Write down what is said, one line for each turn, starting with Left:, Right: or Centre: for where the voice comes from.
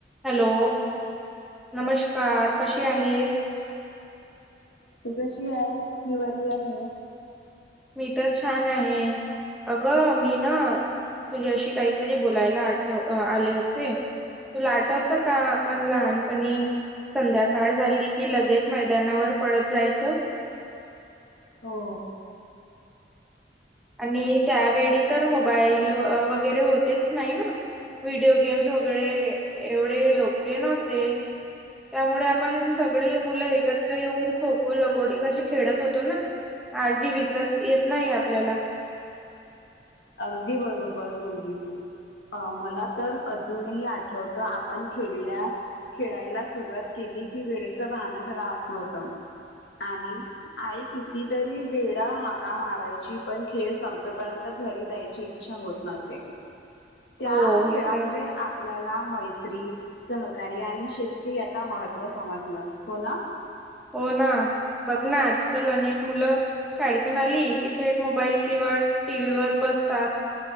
Centre: Hello नमस्कार कशी आहेस?
Left: तू कशी आहेस मी बरी आहे ना.
Centre: मी तर छान आहे अगं मी ना तुझ्याशी काहीतरी बोलायला आठ आले होते. तूला आठवत का आपण लहानपणी संध्याकाळ झाली की लगेच मैदानावर पळत जायचो
Left: हो.
Centre: आणि त्यावेळी तर मोबाईल वगैरे होतेच नाही ना. व्हिडिओ गेम्स वगैरे एवढे लोकप्रिय नव्हते. त्यामुळे आपण सगळे मुलं एकत्र येऊन खो खो लगोडी कशी खेळत होतो ना. आजी विसरत येत नाही आपल्याला.
Left: अगदी बरोबर बोलली तू. अ मला तर अजूनही आठवतं आपण खेळल्या खेळायला सुरुवात केली की वेळेच भानच राहत नव्हतं. आणि आई कितीतरी वेळा हाका मारायची पण खेळ संपेपर्यंत घरी जायची इच्छा होत नसे त्या
Centre: हो
Left: खेळामुळे
Centre: हे तर
Left: आपल्याला मैत्री सहकार्य आणि शिस्ती याचा महत्त्व समजलं हो ना.
Centre: हो ना बघ ना आजकाल अनेक मुलं शाळेतून आली की थेट मोबाईल किंवा टी व्ही वर बसतात.